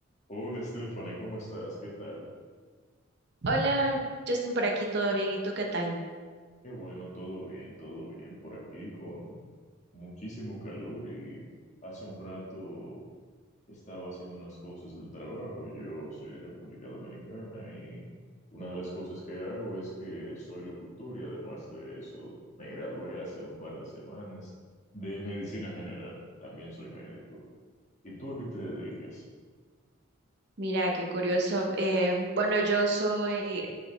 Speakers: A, on the left; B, on the right.
A: Hola Stephanie, ¿cómo estás? ¿Qué tal?
B: Hola, Justin, por aquí, ¿todo bien? ¿Y tú qué tal?
A: Qué bueno, todo bien, todo bien por aquí con muchísimo calor y hace un rato estaba haciendo unas cosas del trabajo. Yo soy de República Dominicana y una de las cosas que hago es que soy locutor y además de eso me gradué hace un par de semanas de medicina general. También soy médico. ¿Y tú a qué te dedicas?
B: Mira, qué curioso. eh, bueno, yo soy